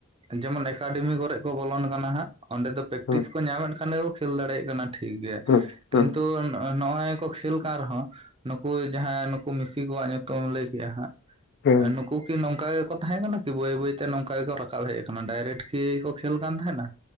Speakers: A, on the right (about 25°); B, on the left (about 55°).
A: ᱡᱮᱢᱚᱱ ᱮᱠᱟᱰᱮᱢᱤ ᱠᱚᱨᱮ ᱠᱚ ᱵᱚᱞᱚᱱ ᱠᱟᱱᱟ ᱦᱟᱸᱜ᱾ ᱚᱸᱰᱮ ᱫᱚ ᱯᱮᱠᱴᱤᱥ
B: ᱦᱩᱸ
A: ᱠᱚ ᱧᱟᱢᱮᱫ ᱠᱷᱟᱱ ᱫᱚᱠᱚ ᱠᱷᱮᱞ ᱫᱟᱲᱮᱭᱟᱜ ᱠᱟᱱᱟ ᱴᱷᱤᱠ ᱜᱮ
B: ᱦᱩᱸ
A: ᱾
B: ᱦᱩᱸ
A: ᱠᱤᱱᱛᱩ ᱱᱚᱜᱼᱚᱭ ᱠᱚ ᱠᱷᱮᱞ ᱠᱟᱱ ᱨᱮᱦᱚᱸ, ᱱᱩᱠᱩ ᱡᱟᱦᱟᱸ ᱱᱩᱠᱩ ᱢᱤᱥᱤ ᱠᱚᱣᱟᱜ ᱧᱩᱛᱩᱢ ᱞᱟᱹᱭ ᱠᱮᱫᱮᱜᱼᱟ
B: ᱦᱩᱸ
A: ᱦᱟᱸᱜ ᱱᱩᱠᱩ ᱠᱤ ᱱᱚᱝᱠᱟ ᱜᱮᱠᱚ ᱛᱟᱦᱮᱸᱠᱟᱱᱟ ᱠᱤ? ᱵᱟᱹᱭ ᱵᱟᱹᱭᱛᱮ ᱱᱚᱝᱠᱟ ᱜᱮᱠᱚ ᱨᱟᱠᱟᱵ ᱦᱮᱡ ᱟᱠᱟᱱᱟ ᱾ ᱰᱟᱭᱨᱮᱠᱴ ᱠᱚ ᱠᱷᱮᱞ ᱠᱟᱱ ᱛᱟᱦᱮᱸᱱᱟ,